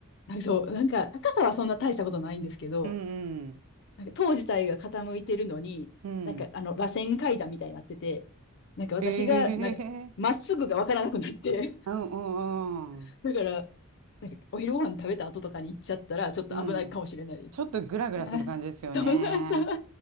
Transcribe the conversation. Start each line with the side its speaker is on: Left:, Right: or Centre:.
Left: なんかそう、なんか高さはそんな大したことないんですけど、
Right: うんうん。
Left: なんか塔自体が傾いてるのに、
Right: うん。
Left: なんかあの、螺旋階段みたいになってて、なんか私が、
Right: へえ。
Left: なんか、まっすぐがわからなくなって、
Right: うんうんうん。
Left: <laughs> だから、なんかお昼ご飯食べた後とかに行っちゃったら、ちょっと危ないかもしれないです。
Right: うん。ちょっとグラグラする感じですよね。
Left: <laughs> あそんなんだ。